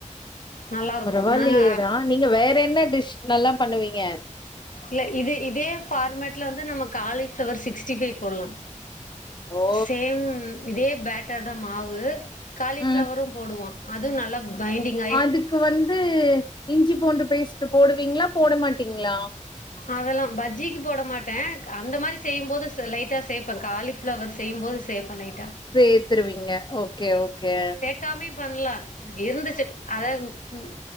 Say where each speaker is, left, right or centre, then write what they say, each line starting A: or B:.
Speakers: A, on the left; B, on the left.
A: நல்லாருக்கு
B: பரவாயில்லையேடா
A: நாங்க
B: நீங்க வேறேன்ன டிஷ் நல்லா பண்ணுவீங்க
A: இல்ல இது இதே ஃபார்மேட்ல வந்து நம்ம காலிஃபிளவர் சிக்ஸ்டி ஃபைவ் போடலா
B: ஓ
A: சேம் இதே பேட்டர் தா மாவு காலிஃபிளவரும்
B: ம்
A: போடுவோ அதும் நல்லா பைண்டிங்கா
B: அதுக்கு வந்து இஞ்சி பூண்டு பேஸ்ட் போடுவீங்களா போட மாட்டீங்களா
A: அதெல்லா பஜ்ஜிக்கு போட மாட்டே அந்த மாரி செய்யும்போது லைட்டா சேப்பே காலி ஃப்ளவர் செய்யும்போது சேப்பே லைட்டா
B: சேத்திருவீங்க ஓகே ஓகே
A: கம்மி பண்ல இருந்துச்சு அத ம் ம்